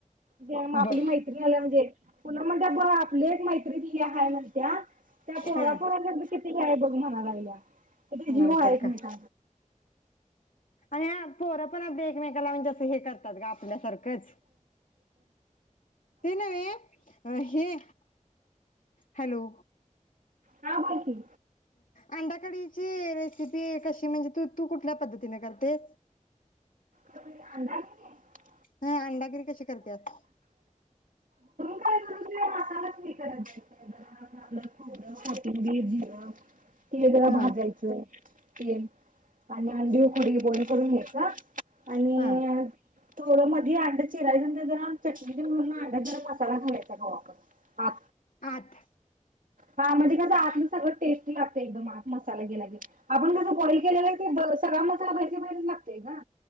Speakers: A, on the right; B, on the left.
A: ज आपली
B: बघ
A: मैत्री आल्या म्हणजे लंब म्हणजे बर आपली एक मैत्रीणी ते हाय <inaudible> त्या त्या पोरापोर
B: हा
A: <unintelligible> बघ म्हणालायल्या किती जीव
B: नाहीतर
A: आहे तुमचा.
B: काय आणि हा पोरं पण अगदी एकमेकाला म्हणजे जसं हे कर सदग्या आपल्यासार तेच ते नहे हे हॅलो
A: हा बोल की.
B: अंडाकडीची रेसिपी कशी म्हणजे तू तू कुठल्या पद्धतीने करते?
A: <inaudible>
B: ह अंडाकरी कशी करत्यात?
A: <unintelligible> तीळ जरा
B: ह
A: भाजायचे. येन आणि अंडी उखडी बॉईल करून घ्यायचा. आणि
B: हां
A: थोडं मधी अंडा चिरायच ते जरा चटणी च भरून अंडा जिरं मसाला घालायचा गवा आपण आ
B: आठ
A: हा म्हणजे कसं आतलं सगळं टेस्टी लागत एकदम आत मसाला गेला की, आपण कसं बॉईल केलेला की ब सगळा मसाला बाहेर ची बाहिरच लागतय का.